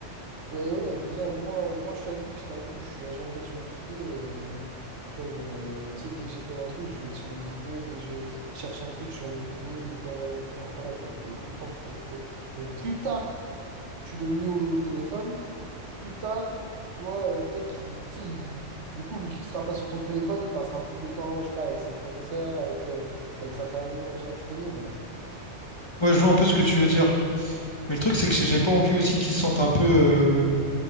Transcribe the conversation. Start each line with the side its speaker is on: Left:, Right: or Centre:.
Right: Mais ouais, déjà, moi, moi je suis addict, je t'avoue. Je suis H24 sur mon Bigo. euh, tu vois, genre, euh, tu sais, dès que j'ai besoin d'un truc, je vais être sur mon Bigo. Dès que je vais chercher un truc, je suis sur mon Bigo. Dès que je peux envoyer. Enfin, voilà, tu vois, t'es tout le temps sur ton Bigo. Donc, plus tard, tu le mets au, au téléphone. Plus tard, tu vois, euh, peut-être qu'il. Tu sais, il- du coup, il sera pas sur ton téléphone, il passera plus de temps, je sais pas, avec ses frères et sœurs, avec, euh, avec sa famille, machin. Tu connais ou pas?
Left: Ouais, je vois un peu ce que tu veux dire. Mais le truc, c'est que j'ai j'ai pas envie aussi qu'il se sente un peu euh,